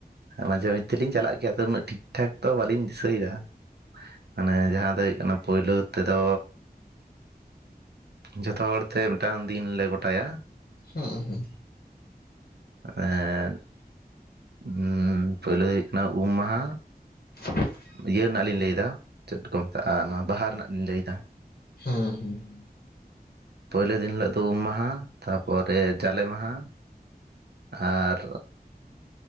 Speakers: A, on the right; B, on the left.
A: ᱢᱟᱡᱮ ᱢᱚᱫᱷᱮ ᱞᱤᱧ ᱪᱟᱞᱟᱜ ᱜᱮᱭᱟ ᱛᱚ ᱩᱱᱟᱹᱜ ᱴᱷᱤᱠ ᱴᱷᱟᱠ ᱛᱚ ᱵᱟᱹᱞᱤᱧ ᱫᱤᱥᱟᱹᱭᱮᱫᱟ᱾ ᱢᱟᱱᱮ ᱡᱟᱦᱟᱸ ᱫᱚ ᱦᱩᱭᱩᱜ ᱠᱟᱱᱟ ᱯᱳᱭᱞᱳ ᱛᱮᱫᱚ ᱡᱚᱛᱚ ᱦᱚᱲ ᱛᱮ ᱢᱤᱫᱴᱟᱝ ᱫᱤᱱ ᱞᱮ ᱜᱚᱴᱟᱭᱟ᱾
B: ᱦᱩᱸ ᱦᱩᱸ
A: ᱮᱸᱫ ᱦᱩᱸ ᱯᱳᱭᱞᱳ ᱦᱩᱭᱩᱜ ᱠᱟᱱᱟ ᱩᱢ ᱢᱟᱦᱟ
B: <unintelligible>
A: ᱤᱭᱟᱹ ᱨᱮᱱᱟᱜ ᱞᱤᱧ ᱞᱟᱹᱭᱫᱟ ᱪᱮᱫ ᱠᱚ ᱢᱮᱛᱟᱜᱼᱟ ᱱᱚᱣᱟ ᱵᱟᱦᱟ ᱨᱮᱱᱟᱜ ᱞᱤᱧ ᱞᱟᱹᱭᱫᱟ᱾
B: ᱦᱩᱸ ᱦᱩᱸ
A: ᱯᱩᱭᱞᱳ ᱫᱤᱱ ᱦᱤᱞᱳᱜ ᱫᱚ ᱩᱢ ᱢᱟᱦᱟ ᱛᱟᱯᱚᱨᱮ ᱡᱟᱞᱮ ᱢᱟᱦᱟ᱾ ᱟᱨ